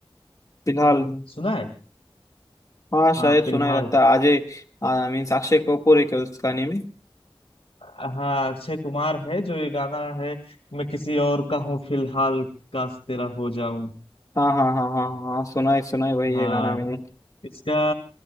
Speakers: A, on the left; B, on the left.
A: फिलहाल
B: सुना है
A: हाँ शायद
B: हाँ
A: सुना
B: फिलहाल
A: ही लगता है अजय मीन्स अक्षय कपूर है क्या उस गाने में
B: हाँ अक्षय कुमार है जो ये गाना है मैं किसी और का हूँ फिलहाल काश तेरा हो जाऊं
A: हाँ हाँ हाँ हाँ हाँ सुना है सुना है भाई ये
B: हाँ
A: गाना मैंने
B: इसका